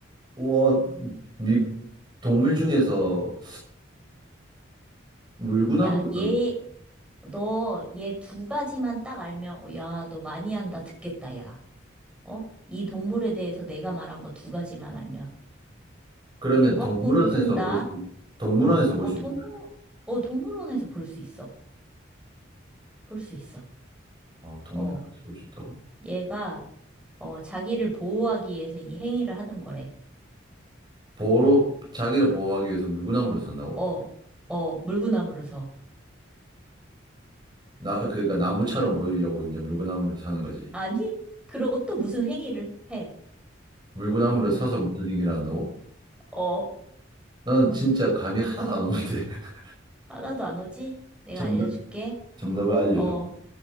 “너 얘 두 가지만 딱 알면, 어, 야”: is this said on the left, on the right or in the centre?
Centre